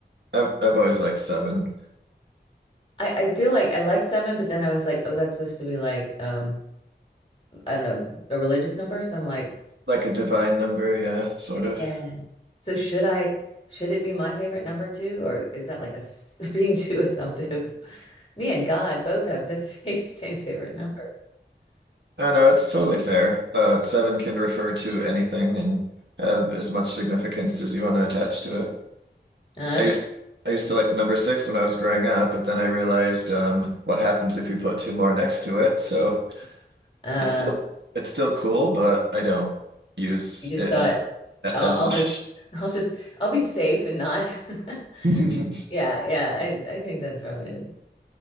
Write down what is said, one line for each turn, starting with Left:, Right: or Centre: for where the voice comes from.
Right: I've, I've always liked seven.
Left: I, I feel like I liked seven, but then I was like, oh, that's supposed to be like um, I don't know, a religious number. So I'm like,
Right: Like a divine number, yeah, sort of.
Left: Yeah. So should I should it be my favorite number two, or is that like a s- <laughs> being too assumptive? <laughs> Me and God both have the <laughs> fa- same favorite number.
Right: I know it's totally fair. Uh, seven can refer to anything and have as much significance as you want to attach to it.
Left: Uh,
Right: I used I used to like the number six when I was growing up, but then I realized um, what happens if you put two more next to it. So
Left: uh,
Right: it's still it's still cool, but I don't use
Left: you just
Right: it
Left: thought
Right: as as
Left: I'll, I'll
Right: much.
Left: just I'll just I'll be safe and not. <laughs>
Right: <laughs>
Left: Yeah, yeah, I, I think that's probably it.